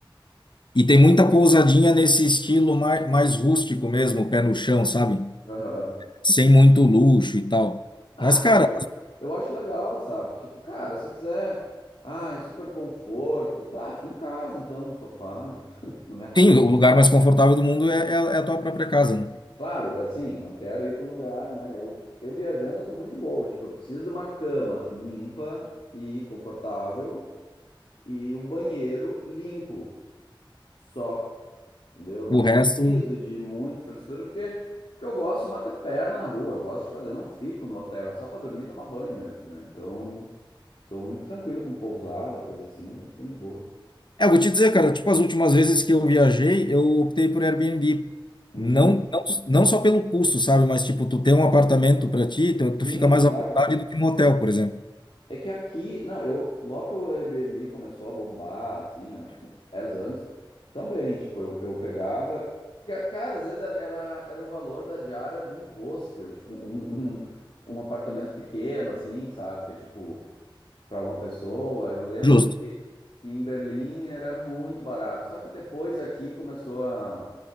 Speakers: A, on the left; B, on the left.
A: E tem muita pousadinha nesse estilo mais, mais rústico mesmo, pé no chão, sabe?
B: Aham.
A: Sem muito luxo e tal.
B: Ah,
A: Mas,
B: que
A: cara,
B: eu acho, eu acho legal, sabe? Que tipo, cara, se eu quiser, ai, super conforto e tá, fico em casa então, no sofá, <laughs> na minha cama.
A: sim, o lugar mais confortável do mundo é, é, a é a tua própria casa, né?
B: Claro, é assim, não quero ir para um lugar, né? Eu, eu viajando, eu sou muito de boa. Tipo, eu preciso de uma cama limpa e confortável e um banheiro limpo. Só. entendeu?
A: O
B: Não
A: resto.
B: preciso de muita infraestrutura, porque, porque eu gosto de bater perna na rua, eu gosto de fazer, eu não fico no hotel, é só para dormir e tomar banho mesmo, né? Então, sou muito tranquilo com pousada, coisa assim, é bem de boa.
A: É, eu vou te dizer, cara, tipo, as últimas vezes que eu viajei, eu optei por Airbnb.
B: Uhum.
A: Não, não, não só pelo custo, sabe? Mas, tipo, tu ter um apartamento para ti, tu, tu
B: Sim,
A: fica mais
B: claro.
A: à vontade do que num hotel, por exemplo.
B: É que aqui, não, eu, logo que o Airbnb começou a bombar, assim, ó, tipo, 10 anos, também, tipo, eu, eu pegava, ca- cara, às vezes era, era, era o valor da diária de um hostel, tipo, um, um, um apartamento pequeno, assim, sabe, que é tipo, para uma pessoa. Eu lembro
A: Justo.
B: que em Berlim era muito barato. Só que depois aqui começou a,